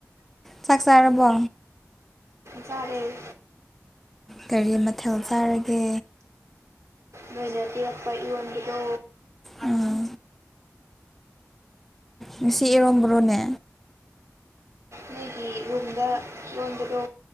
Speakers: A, in the centre; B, on the right.
A: ꯆꯥꯛ ꯆꯥꯔꯕꯣ
B: ꯆꯥꯔꯦ
A: ꯀꯔꯤ ꯃꯊꯦꯜ ꯆꯥꯔꯒꯦ
B: ꯅꯣꯏꯅ ꯄꯤꯔꯛꯄ ꯏꯔꯣꯟꯕꯤꯗꯣ
A: ꯑꯥ ꯉꯁꯤ ꯏꯔꯣꯟꯕ꯭ꯔꯣꯅꯦ
B: ꯅꯣꯏꯒꯤ ꯌꯨꯝꯗ ꯏꯔꯣꯟꯕꯗꯣ